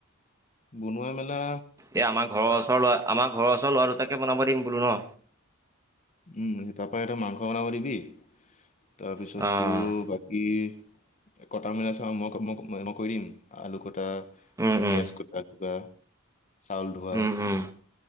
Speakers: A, on the left (about 35°); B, on the right (about 15°).
A: বনোৱা মেলা-
B: এই আমাৰ ঘৰৰ ল'ৰা আমাৰ ঘৰৰ ওচৰ ল'ৰা দুটাকে বনাব দিম বোলোঁ ন।
A: উম তাৰ পৰা এটা মাংস বনাব দিবি তাৰপিছত
B: অ',
A: তোৰ বাকী - কটা মিলা চা মই মই কৰি দিম আলু কটা-
B: উম, উম,
A: পিয়াজ কটা কিবা- চাউল ধোৱা
B: উম, উম,